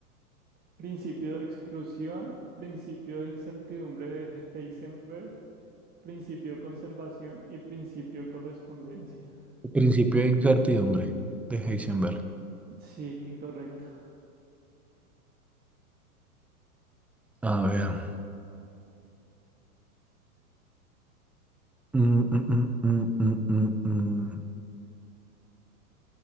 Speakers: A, on the right; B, in the centre.
A: Principio de exclusión, principio de incertidumbre de Heisenberg, principio de conservación y principio de correspondencia.
B: El principio de incertidumbre de Heisenberg.
A: Sí, correcto.
B: A ver. mm, mm, mm, mm, mm, mm, mm.